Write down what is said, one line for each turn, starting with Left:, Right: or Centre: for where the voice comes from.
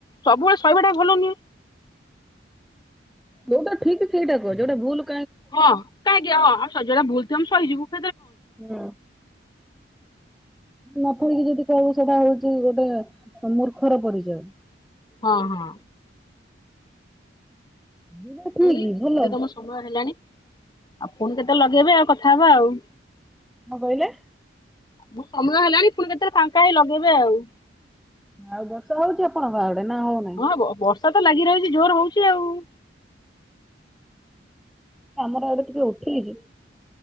Left: ସବୁବେଳେ ସହିବାଟା ଭଲ ନୁହେଁ ।
Centre: ଯୋଉଟା ଠିକ ସେଇଟା କୁହ । ଯୋଉଟା ଭୁଲ୍-
Left: ହଁ କାହିଁକି? ହଁ ଅଁ ସଜଣେ ଭୁଲ ଥିବ ଆମେ ସଇଯିବୁ ।
Centre: ହଁ। ନ କରିକି ଯଦି କହିବୁ, ସେଟା ହଉଛି ଗୋଟେ ମୂର୍ଖର ପରିଚୟ ।
Left: ହଁ ହଁ।
Centre: ଯିବା ଠିକ
Left: ହଇ,
Centre: ଭଲ
Left: ଯଦି ତମ ସମୟ ହେଲାଣି - ଆଉ ପୁଣି କେତେ ଲଗେଇବ ଆଉ, କଥା ହବା ଆଉ ।
Centre: କଣ କହିଲେ?
Left: ମୁ ସମୟ ହେଲାଣି, ପୁଣି କେତେବେଳେ ଫାଙ୍କା ହେଇ ଲଗେଇବ ଆଉ ।
Centre: ଆଉ ବର୍ଷ ହଉଛି ଆପଣଙ୍କ ଆଡେ ନା ହଉନାହିଁ?
Left: ହଁ ବ ବର୍ଷା ଲାଗି ରହିଛି, ଜୋର ହଉଛି ଆଉ ।
Centre: ଆମର ଆଡେ ଟିକେ ଉଠେଇଛି ।